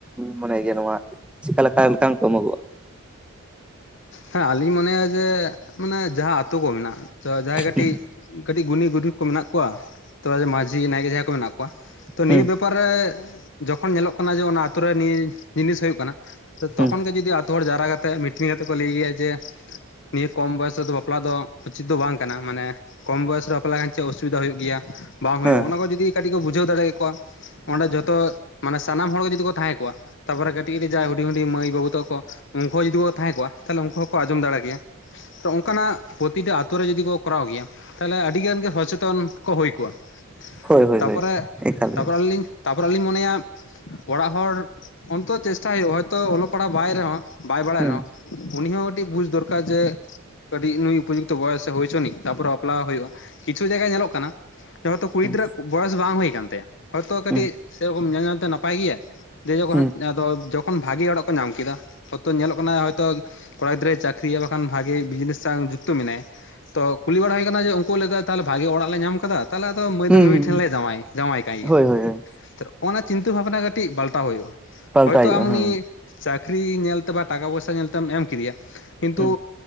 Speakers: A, in the centre; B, on the left.
A: ᱢᱟᱱᱮ ᱜᱮ ᱱᱚᱣᱟ ᱪᱮᱠᱟ ᱞᱮᱠᱟ ᱢᱤᱫ ᱴᱟᱝ ᱠᱚ ᱮᱢᱚᱜᱚᱜᱼᱟ
B: ᱦᱮᱸ ᱟᱞᱤᱧ ᱢᱚᱱᱮᱭᱟ ᱡᱮ ᱢᱟᱱᱮ ᱡᱟᱦᱟᱸ ᱟᱛᱳ ᱠᱚ ᱢᱮᱱᱟᱜᱼᱟ ᱡᱟᱦᱟᱸᱭ ᱠᱟᱹᱴᱤᱡ
A: ᱦᱩᱸ
B: ᱠᱟᱹᱴᱤᱡ ᱜᱩᱱᱤ ᱜᱩᱨᱤᱵ ᱠᱚ ᱢᱮᱱᱟᱜ ᱠᱚᱣᱟ ᱛᱚ ᱢᱟᱹᱡᱷᱤ ᱱᱟᱭᱠᱮ ᱡᱟᱦᱟᱸᱭ ᱠᱚ ᱢᱮᱱᱟᱜ ᱠᱚᱣᱟ ᱛᱚ
A: ᱦᱩᱸ
B: ᱱᱤᱭᱟᱹ ᱵᱮᱯᱟᱨ ᱨᱮ ᱡᱚᱠᱷᱚᱱ ᱧᱮᱞᱚᱜᱼᱼ ᱠᱟᱱᱟ ᱡᱮ ᱚᱱᱟ ᱟᱛᱳ ᱨᱮ ᱱᱤᱭᱟᱹ ᱡᱤᱱᱤᱥ ᱦᱩᱭᱩᱜ ᱠᱟᱱᱟ ᱛᱚ ᱛᱚᱠᱷᱚᱱ
A: ᱦᱩᱸ
B: ᱜᱮ ᱡᱩᱫᱤ ᱟᱛᱳ ᱦᱚᱲ ᱡᱟᱣᱨᱟ ᱠᱟᱛᱮ ᱢᱤᱴᱤᱝ ᱠᱟᱛᱮ ᱞᱟᱹᱭ ᱜᱮᱭᱟ ᱡᱮ ᱱᱤᱭᱟᱹ ᱠᱚᱢ ᱵᱚᱭᱮᱥ ᱨᱮᱫᱚ ᱵᱟᱯᱞᱟ ᱫᱚ ᱩᱪᱤᱛ ᱫᱚ ᱵᱟᱝ ᱠᱟᱱᱟ ᱢᱟᱱᱮ ᱠᱚᱢ ᱵᱚᱭᱚᱥ ᱨᱮ ᱵᱟᱯᱞᱟ ᱞᱮᱠᱷᱟᱱ ᱪᱮᱫ ᱚᱥᱩᱵᱤᱫᱷᱟ ᱦᱩᱭᱩᱜ ᱜᱮᱭᱟ ᱵᱟᱝ ᱦᱩᱭᱩᱜᱼᱟ
A: ᱦᱮᱸ
B: ᱚᱱᱟ ᱠᱚ ᱡᱚᱫᱤ ᱠᱟᱹᱴᱤᱡ ᱠᱚ ᱵᱩᱡᱷᱟᱹᱣ ᱫᱟᱲᱮ ᱠᱮ ᱠᱚᱣᱟ ᱚᱸᱰᱮ ᱡᱷᱚᱛᱚ ᱢᱟᱱᱮ ᱥᱟᱱᱟᱢ ᱦᱚᱲ ᱠᱚ ᱡᱩᱫᱤ ᱠᱚ ᱛᱟᱦᱮᱸ ᱠᱚᱜᱼᱟ ᱛᱟᱨ ᱯᱚᱨᱮ ᱠᱟᱹᱴᱤᱡ ᱠᱟᱹᱴᱤᱡ ᱦᱩᱰᱤᱧ ᱦᱩᱰᱤᱧ ᱢᱟᱹᱭ ᱵᱟᱹᱵᱩ ᱛᱟᱠᱚ ᱩᱱᱠᱩ ᱦᱚᱸ ᱡᱩᱫᱤ ᱠᱚ ᱛᱟᱦᱮᱸ ᱠᱚᱜᱼᱟ ᱛᱟᱦᱚᱞᱮ ᱩᱱᱠᱩ ᱦᱚᱸᱠᱚ ᱟᱸᱡᱚᱢ ᱫᱟᱲᱮ ᱠᱮᱭᱟ ᱚᱱᱠᱟᱱᱟᱜ ᱯᱨᱚᱛᱤᱴᱟ ᱟᱛᱳᱨᱮ ᱡᱩᱫᱤ ᱠᱚ ᱠᱚᱨᱟᱣ ᱜᱮᱭᱟ ᱛᱟᱦᱚᱞᱮ ᱟᱹᱰᱤ ᱜᱟᱱ ᱜᱮ ᱥᱚᱪᱮᱛᱚᱱ ᱠᱚ ᱦᱩᱭ ᱠᱚᱜᱼᱟ
A: ᱦᱳᱭ ᱦᱳᱭ
B: ᱛᱟᱨ
A: ᱦᱳᱭ
B: ᱯᱚᱨᱮ
A: ᱮᱠᱟᱞ
B: ᱛᱟᱨ
A: ᱜᱮ
B: ᱯᱚᱨᱮ ᱟᱹᱞᱤᱧ ᱛᱟᱨ ᱯᱚᱨᱮ ᱞᱤᱧ ᱢᱚᱱᱮᱭᱟ ᱚᱲᱟᱜ ᱦᱚᱲ ᱚᱱᱛᱚ ᱪᱮᱥᱴᱟ ᱦᱩᱭᱩᱜᱼᱟ ᱦᱚᱭᱛᱚ ᱚᱞᱚᱜ ᱯᱟᱲᱦᱟᱜ ᱵᱟᱭ ᱨᱮᱦᱚᱸ ᱵᱟᱭ ᱵᱟᱲᱟᱭ
A: ᱦᱩᱸ
B: ᱨᱮᱦᱚᱸ ᱩᱱᱤ ᱦᱚᱸ ᱠᱟᱹᱴᱤᱡ ᱵᱩᱡᱽ ᱫᱚᱨᱠᱟᱨ ᱡᱮ ᱠᱟᱹᱴᱤᱡ ᱱᱩᱭ ᱩᱯᱚ ᱡᱩᱠᱛᱚ ᱵᱚᱭᱮᱥ ᱥᱮ ᱦᱩᱭ ᱪᱚᱱᱤᱡ ᱛᱟᱨ ᱯᱚᱨᱮ ᱵᱟᱯᱞᱟ ᱦᱩᱭᱩᱜᱼᱟ ᱠᱤᱪᱷᱩ ᱡᱟᱭᱜᱟ ᱧᱮᱞᱚᱜ ᱠᱟᱱᱟ ᱦᱚᱭᱛᱚ ᱠᱩᱲᱤ
A: ᱦᱩᱸ
B: ᱜᱤᱫᱽᱨᱟᱹ ᱟᱜ ᱵᱚᱭᱮᱥ ᱵᱟᱝ ᱦᱩᱭ ᱠᱟᱱ ᱛᱟᱭᱟ ᱦᱚᱭᱛᱚ ᱠᱟᱹᱴᱤᱡ
A: ᱦᱩᱸ
B: ᱥᱮ ᱨᱚᱠᱚᱢ ᱧᱮᱞ ᱧᱮᱞᱛᱮ ᱱᱟᱯᱟᱭ ᱜᱮᱭᱟ ᱡᱚᱠᱷᱚᱱ
A: ᱦᱩᱸ
B: ᱟᱫᱚ ᱵᱷᱟᱜᱤ ᱚᱲᱟᱜ ᱠᱚ ᱧᱟᱢ ᱠᱮᱫᱟ ᱦᱚᱭᱛᱚ ᱧᱮᱞᱚᱜ ᱠᱟᱱᱟ ᱦᱚᱭᱛᱚ ᱠᱚᱲᱟ ᱜᱤᱫᱽᱨᱟᱹ ᱪᱟᱠ ᱟᱹᱠᱷᱨᱤᱭᱟ ᱵᱟᱠᱷᱟᱱ ᱵᱷᱟᱜᱤ ᱵᱤᱡᱽᱱᱮᱥ ᱥᱟᱶ ᱡᱩᱠᱛᱚ ᱢᱮᱱᱟᱭᱟ ᱛᱚ ᱠᱩᱞᱤ ᱵᱟᱲᱟ ᱦᱩᱭ ᱠᱟᱱᱟ ᱡᱮ ᱩᱱᱠᱩ ᱞᱮᱠᱟ ᱛᱟᱦᱞᱮ ᱵᱷᱟᱜᱮ ᱚᱲᱟᱜ ᱞᱮ ᱧᱟᱢ ᱠᱮᱫᱟ ᱛᱟᱦᱚᱞᱮ ᱟᱫᱚ ᱢᱟᱹᱭ
A: ᱦᱩᱸ
B: ᱫᱚ ᱱᱩᱭ ᱴᱷᱮᱱ ᱞᱮ ᱡᱟᱶᱟᱭ ᱡᱟᱶᱟᱭ ᱠᱟᱭ ᱜᱮᱭᱟ
A: ᱦᱳᱭ ᱦᱳᱭ ᱦᱳᱭ
B: ᱚᱱᱟ ᱪᱤᱱᱛᱟᱹ ᱵᱷᱟᱵᱱᱟ ᱠᱟᱹᱴᱤᱡ ᱯᱟᱞᱴᱟᱣ ᱦᱩᱭᱩᱜᱼᱟ
A: ᱯᱟᱞᱴᱟᱣ
B: ᱦᱚᱭᱛᱚ
A: ᱦᱩᱭᱩᱜᱼᱟ
B: ᱟᱢ ᱩᱱᱤ
A: ᱦᱩᱸ
B: ᱪᱟᱹᱠᱨᱤ ᱧᱮᱞ ᱛᱮ ᱵᱟ ᱴᱟᱠᱟ ᱯᱚᱭᱥᱟ ᱧᱮᱞ ᱛᱮᱢ ᱮᱢ ᱠᱮᱫᱮᱭᱟ ᱠᱤᱱᱛᱩ
A: ᱦᱩᱸ